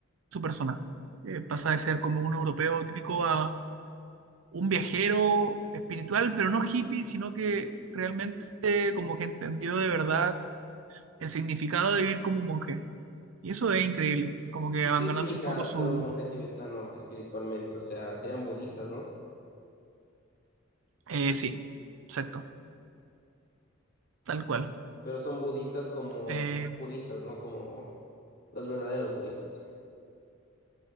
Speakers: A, on the right; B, on the left.
A: su persona. Eh, pasa de ser como un europeo típico a un viajero espiritual, pero no hippie, sino que realmente como que entendió de verdad el significado de vivir como un monje. Y eso es increíble, como que
B: ¿Y
A: abandonando
B: qué implica
A: un poco su...
B: ser un monje tibetano espiritualmente? O sea, serían budistas, ¿no?
A: eh, sí, exacto, tal cual.
B: Pero son budistas como
A: Eh,
B: puristas, ¿no? Como los verdaderos budistas.